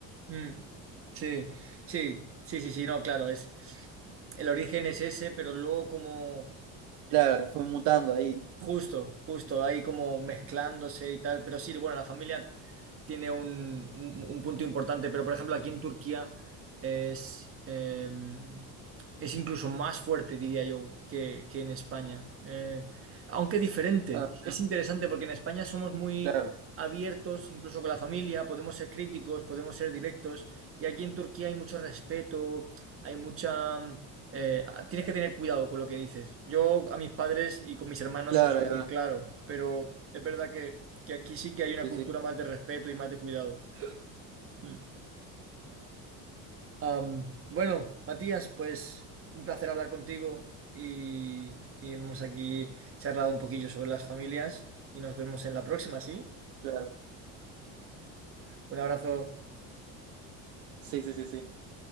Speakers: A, on the right; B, on the right.
A: mm, sí, sí, sí, sí, sí, no, claro, es, el origen es ese, pero luego como,
B: claro, fue mutando ahí.
A: Justo, justo, ahí como mezclándose y tal, pero sí, bueno, la familia tiene un, un- un punto importante, pero por ejemplo aquí en Turquía es, eh, es incluso más fuerte, diría yo, que, que en España, Eh, aunque diferente.
B: Ah,
A: Es, es interesante porque en España somos muy
B: claro,
A: abiertos, incluso con la familia, podemos ser críticos, podemos ser directos, y aquí en Turquía hay mucho respeto, hay mucha eh, tienes que tener cuidado con lo que dices. Yo a mis padres y con mis hermanos
B: claro,
A: soy súper
B: ahí va.
A: claro, pero es verdad que, que aquí sí que hay una
B: Sí,
A: cultura
B: sí,
A: más de respeto y más de cuidado. Mm. Am, bueno, Matías, pues un placer hablar contigo y, y hemos aquí charlado un poquillo sobre las familias y nos vemos en la próxima, ¿sí?
B: claro.
A: Un abrazo.
B: Sí, sí, sí, sí.